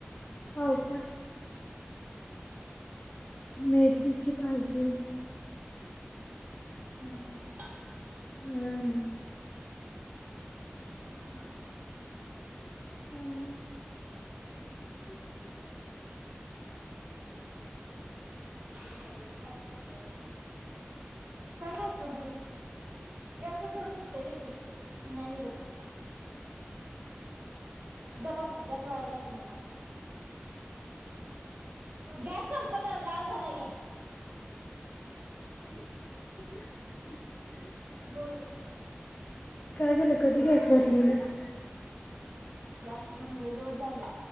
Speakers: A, on the left; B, on the right.
A: हो का मेथीची भाजी.
B: हम् हम्म
A: हम्म
B: हम्
A: आणि <inaudible>
B: <unintelligible> गॅस बंद कर. <unintelligible> गॅस वर धरून निघतय होय ते नाही निघतय. गप बसा गॅस वाया जातोय माझा. गॅस संपत आला लाल झालाय गॅस.
A: <inaudible>
B: बोल ग
A: काय झाल कधी गॅस भरलेलीस.
B: गॅस भरून लय दिवस झाल